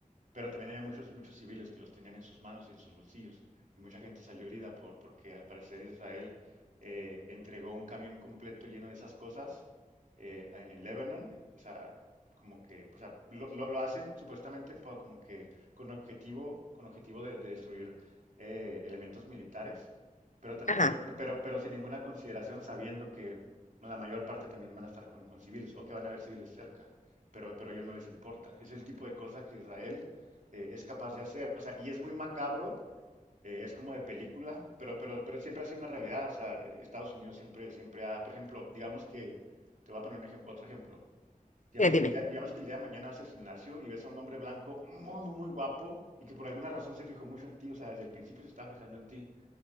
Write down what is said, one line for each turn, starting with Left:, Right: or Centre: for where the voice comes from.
Right: pero también había muchos, muchos civiles que los tenían en sus manos y en sus bolsillos, y mucha gente salió herida por, porque al parecer Israel eh, entregó un camión completo lleno de esas cosas eh, en Lebanon, o sea, como que, o sea, lo, lo- lo hacen supuestamente po- como que con objetivo, con objetivo de, de destruir eh, elementos militares, pero también,
Left: Ajá.
Right: pero, pero, pero sin ninguna consideración, sabiendo que la mayor parte también van a estar con, con civiles o que van a haber civiles cerca, pero, pero a ellos no les importa. Es el tipo de cosa que Israel eh, es capaz de hacer. O sea, y es muy macabro, eh, es como de película, pero, pero, pero siempre ha sido una realidad. O sea, Estados Unidos siempre, siempre ha, por ejemplo, digamos que, te voy a poner un ejemplo, otro ejemplo. Digamos
Left: Eh, dime.
Right: que, el día, digamos que el día de mañana vas al gimnasio y ves a un hombre blanco muy, muy, muy guapo y que por alguna razón se fijó mucho en ti, o sea, desde el principio se estaba fijando en ti.